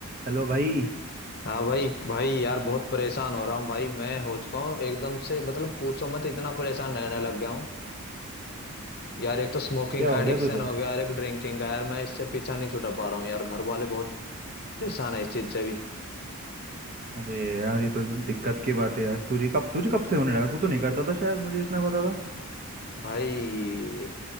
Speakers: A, on the right; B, on the left.
A: Hello भाई
B: हाँ भाई भाई यार बहुत परेशान हो रहा हूँ भाई मैं हो चुका हूँ एकदम से मतलब पूछो मत इतना परेशान रहने लग गया हूँ यार एक तो स्मोकिंग
A: क्या
B: का
A: हो
B: एडिक्शन
A: गया तुझे
B: हो गया यार एक ड्रिंकिंग का यार मैं इससे पीछा नहीं छुड़ा पा रहा हूँ यार घर वाले बहुत परेशान है इस चीज से भी
A: अरे यार ये तो दिक्कत की बात है यार तुझे कब तुझे कब से होने लगा तू तो नहीं करता था शायद मुझे इतना पता था
B: भाई